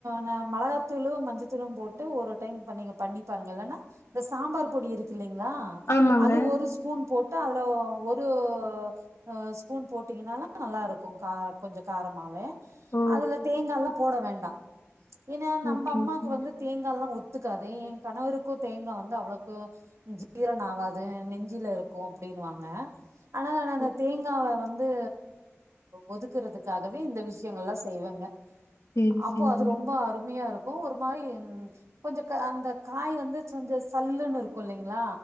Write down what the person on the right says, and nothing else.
நா மளகாத்தூளு மஞ்சத்தூளு போட்டு ஒரு டைம் பண் நீங்க பண்ணி பாருங்க இல்லனா இந்த சாம்பார் பொடி இருக்கு இல்லைங் ங்ளா
அது ஒரு ஸ் பூன் போட்டு அதுல ஒ ஒரு அ ஸ்பூன் போட்டீங்கனால நல்லா இருக்கு கா கொஞ்சொ காரமாவே
அதுல தேங்காலா போட வேண்டா ஏனா நம்ப
அம்மாக்கு
வந்து தேங்கால்லா ஒத் ஓத்துகாது ஏ கணவருக்கு தேங்கா வந்து அவ்வளோக்கு ஜீரணாவாது நெஞ் ஞ்சுலருக்கு அப்படின்னுவாங்க ஆனா நா அந்த
தேங்காவ வந் ந்து ஒதுக்குறதுக்காகவே இந்த விஷயங்கள்ல்லா செய்வங்க
அப்போ
அது ரொம்ப அருமையா இருக் கு ஒரு மாரி ம் கொஞ்சொ க அந்த காய் வந்து கொஞ்ச சல்லுன்னு இருக்கு இல்லைங் ங்களா